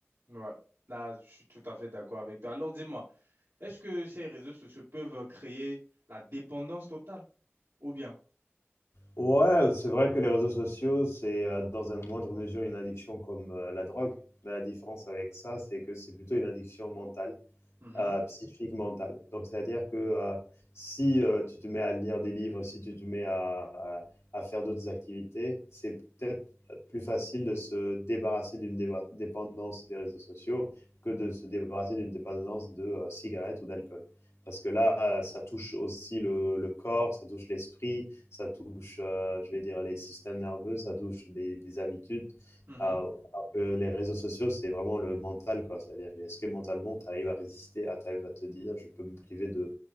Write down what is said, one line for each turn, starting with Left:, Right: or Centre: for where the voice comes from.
Right: ouais. Là, je suis tout à fait d'accord avec toi. Alors, dis-moi, est-ce que ces réseaux sociaux peuvent créer la dépendance totale ou bien?
Left: Ouais, c'est vrai que les réseaux sociaux, c'est euh, dans une moindre mesure une addiction comme euh, la drogue. Mais la différence avec ça, c'est que c'est plutôt une addiction mentale
Right: Mhm.
Left: euh, psychique, mentale. Donc, c'est-à-dire que euh, si euh, tu te mets à lire des livres, si tu te mets à, à- à faire d'autres activités, c'est peut-être plus facile de se débarrasser d'une déba- dépendance des réseaux sociaux que de se débarrasser d'une dépendance de euh, cigarettes ou d'alcool. Parce que là, euh, ça touche aussi le, le corps, ça touche l'esprit, ça touche, euh, je vais dire, les systèmes nerveux, ça touche des, des habitudes.
Right: Mhm.
Left: Euh, alors que les réseaux sociaux, c'est vraiment le mental, quoi. C'est-à-dire, que est-ce que mentalement, tu arrives à résister, à, tu arrives à te dire, je peux me priver de,